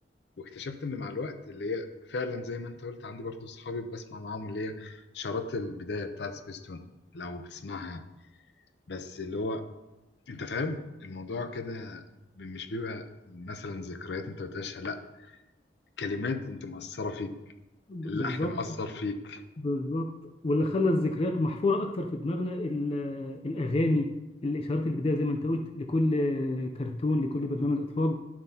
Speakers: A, on the left; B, on the left.
A: واكتشفت إن مع الوقت اللي هي فعلا زي ما أنت قلت عندي برضو صحابي بسمع معاهم اللي هي شارات البداية بتاعت سبيستون لو بتسمعها يعني بس اللي هو أنت فاهم الموضوع كده ب- مش بيبقى مثلا ذكريات أنت بتعيشها لا كلمات أنت مأثرة فيك
B: ب-
A: اللحن
B: بالظبط
A: مأثر فيك
B: بالظبط واللي خلى الذكريات محفورة اكتر في دماغنا ال- آه، الاغاني الاشارات البداية زي ما انت قلت لكل آه، كرتون لكل برنامج اطفال